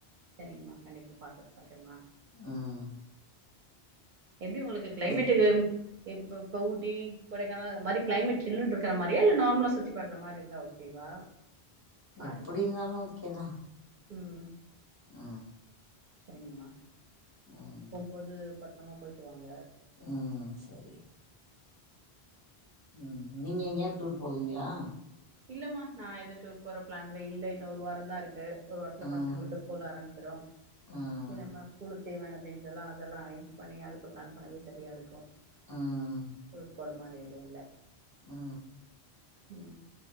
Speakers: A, on the right (about 55°); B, on the left (about 25°).
A: சரிங்ம்மா கண்டிப்பா பாத்துட் சொல்றேங்ம்மா
B: ம்
A: எப்டி உங்களுக்கு கிளைமேட்டு
B: ம்
A: இப் இப் ஊட்டி கொடைக்கானல் அது மாரி கிளைமேட் சில்னு இருக்ற மாரியா இல்ல நார்மா சுத்தி பாக்ற மாரி இருந்தா ஓகேவா பாரு
B: எப்டி நாலு ஓகேதா
A: ம்
B: அ
A: சரிங்ம்மா
B: ம்
A: போகுபோது பத்தரமா பொய்ட்டு வாங்க
B: ஆ சேரி ம் நீங்க எங்கேயாது டூர் போவீங்ளா
A: இல்லம்மா நா எது டூர் போற பிளான்ல இல்ல இன்னொ ஒரு வாரோதா இருக்கு ஒரு வாரத்ல
B: ம்
A: பசங்களுக்கு ஸ்கூல் ஆரம்பிச்சிடு
B: ம்
A: இனிமே ஸ்கூலுக்கு தேவையான திங்ஸ் எல்லா அதெல்லா அரேஞ்ச் பண்ணி அதுக்கு பிளான் பண்ணவே சரியா இருக்கு
B: ம்
A: மாற எது இல்ல
B: ஆ
A: ம்